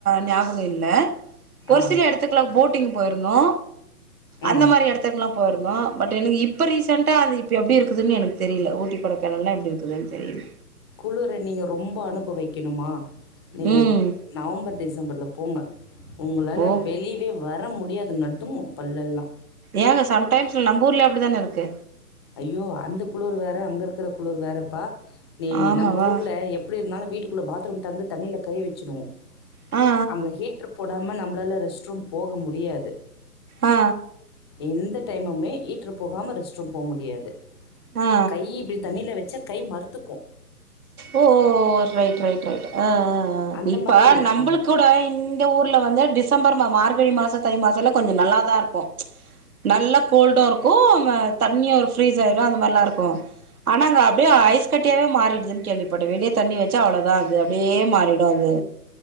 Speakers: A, on the right; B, on the left.
A: ஞாபக இருக் இல்ல ஒரு
B: ஆ.
A: சில எடத்துக்கல்லா போட்டிங் போய்ருந்தோ
B: ம்.
A: அந்த மாரி எடத் துக்கல்லா போயிருந்தோ பட் எனக்கு இப்ப ரீசன்ண்டா அது இப்ப எப்டி இருக்குதுனு எனக்கு தெரியல ஊட்டி கொடைகானல்லா எப்டி இருக்குதுன் தெரில
B: குளுர நீங்க ரொம்ப அனுபவிக்கணுமா நீங்க
A: ம்
B: நவம்பர் டிசம்பர்ல போங்க உங்களால
A: ஓ
B: வெளிவே வர வர முடியாது நடுங்கும் பல்லெல்லா
A: ஏங்க சம்டைம்ஸ்ல நம்ப ஊர்லயு அப்டிதான இருக்கு
B: ஐயோ அந்த குளுரு வேற அங்க இருக்கிற குளுரு வேறப்பா நீ
A: ஆமாவா
B: நம்ப ஊர்ல எப் ப்டி இருந்தாலு வீட்டுக்குள்ள பாத்ரூம் தெறந்து தண்ணில கை வச்சுடுவோ
A: ஆ ஆ
B: அங்க ஹீட்ரு போடாம நம்பளால ரெஸ்ட் ரூம் போக முடியாது
A: ஆ
B: எந்த டைமுமே ஹீட்ரு போகாம ரெஸ்ட் ரூம் போ முடியாது
A: ஆ ஆ
B: கை இப்டி தண்ணியில வச்சா கை மறுத்துக்கு
A: ஓ ஓ ஓ ஓ ஓ ரைட் ரைட் ரைட் ஆ ஆ ஆ
B: அந்த
A: இப்ப
B: மாதிரி இருக்கும்
A: நம்புளுக் கூட இங் ங்க ஊர்ல வந்து டிசம்பர் மா மார்கழி மாச தை மாச எல்லா கொஞ்சோ நல்லாதா இருக்கு நல்ல கோல்டு இருக்கு ஆ தண்ணியே ஒரு ஃப்ரீஸ் ஆயிடு அந்த மாரில்லா இருக்கு ஆனா அங்க அப்டியே ஐஸ் கட்டியாவே மாறிடுது கேள்விப்பட்ட வெளியே தண்ணி வச்சா அவ்ளோதா அது அப்டியே மாறிடும் அது